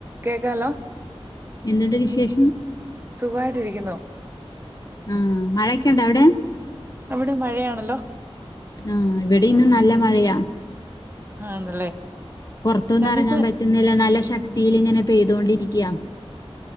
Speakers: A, on the right (about 20°); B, on the left (about 35°).
A: കേക്കാലോ
B: എന്തുണ്ട് വിശേഷം
A: സുഖമായിട്ടിരിക്കുന്നു
B: ആ മഴ ഒക്കെ ഉണ്ടാ അവിടെ
A: അവിടെ മഴയാണല്ലോ
B: ആഹ് ഇവിടെയും ഇന്ന് നല്ല മഴയാ
A: ആണല്ലേ
B: പുറത്തൊന്നും
A: നഫീസ്
B: ഇറങ്ങാൻ പറ്റുന്നില്ല നല്ല ശക്തിൽ ഇങ്ങനെ പെയ്തൊണ്ടിരിക്കയാ